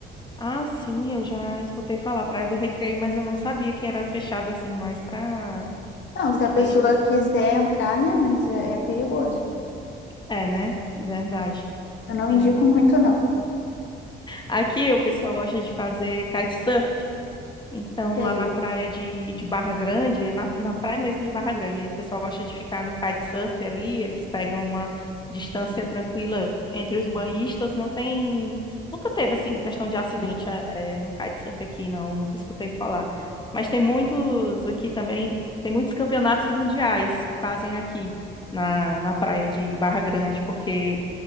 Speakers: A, on the left; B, on the left.
A: Ah, sim, eu já escutei falar, Praia do Recreio, mas eu não sabia que era fechada assim mais para surfistas.
B: Não, se a pessoa quiser entrar, né, mas é, é perigoso.
A: É, né? Verdade.
B: Eu não
A: E-
B: indico <laughs> muito, não.
A: Aqui o pessoal gosta de fazer kitesurf. Então,
B: Sei.
A: lá na praia de, de Barra Grande, é na, na praia mesmo de Barra Grande, aí o pessoal gosta de ficar no kitesurf ali, eles pegam uma distância tranquila entre os banhistas, não tem... Nunca teve, assim, questão de acidente eh, eh, no kitesurf aqui, não, nunca escutei falar. Mas tem muitos aqui também, tem muitos campeonatos mundiais que fazem aqui na, na praia de Barra Grande, porque